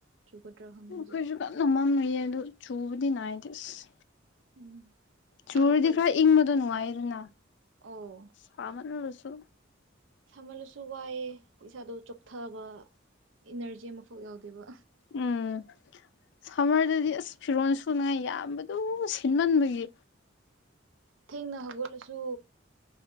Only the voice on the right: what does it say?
ꯆꯨꯒꯗ꯭ꯔꯥ ꯈꯪꯗꯦ
ꯍꯧꯖꯤꯛ
ꯎꯝ
ꯄꯨꯔꯛꯇꯕꯁꯤꯅ
ꯑꯧ
ꯁꯥꯍꯜꯂꯁꯨ ꯋꯥꯏꯑꯦ ꯏꯁꯥꯗꯣ ꯆꯣꯛꯊꯕ ꯏꯅꯔꯖꯤ ꯑꯃꯐꯥꯎ ꯌꯥꯎꯗꯦꯕ
ꯊꯦꯡꯅ ꯍꯧꯒꯠꯂꯁꯨ